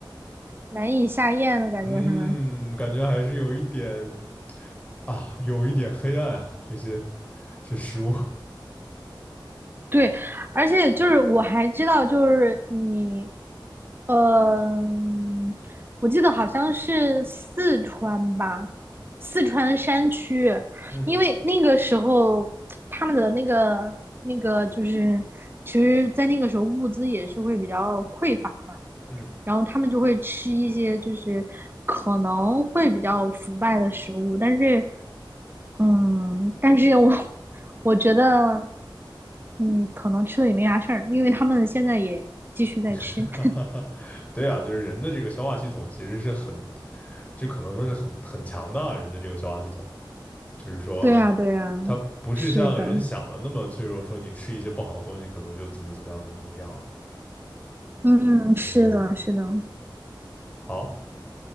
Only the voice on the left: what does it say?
嗯，感觉还是有一点啊，有一点黑暗啊，这些这食物，
嗯
嗯，
<laughs>
哈哈哈，对啊，就是人的这个消化系统其实是很，就可能说是很很强的啊，人的这个消化系统，就是说
它不是像人想的那么脆弱，
说你吃一些不好的东西可能就怎么怎么样，怎么怎么样啊，
嗯，
好，